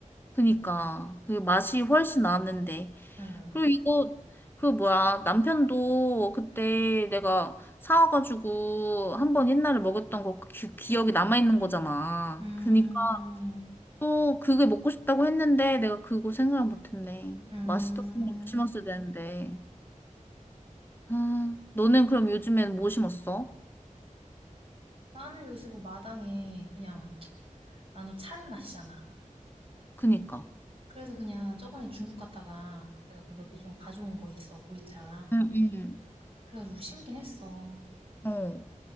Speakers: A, on the left; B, on the right.
A: 그니까 그 맛이 훨씬 나는데
B: 응.
A: 그리고 이거 그 뭐야 남편도 그때 내가 사와가지고 한번 옛날에 먹었던 거 기, 기억이 남아있는 거잖아
B: 음,
A: 그니까 또 그게 먹고 싶다고 했는데 내가 그거 생각을 못했네
B: 음.
A: 맛있었던 걸 심었어야 되는데 아 너는 그럼 요즘엔 뭐 심었어?
B: 나는 요새 뭐 마당에 그냥, 나도 차를 마시잖아.
A: 그니까
B: 그래서 그냥 저번에 중국 갔다가 내가 그 몇 개 좀 가져온 거 있어, 보이차.
A: 응응응
B: 그래가지고 심긴 했어.
A: 어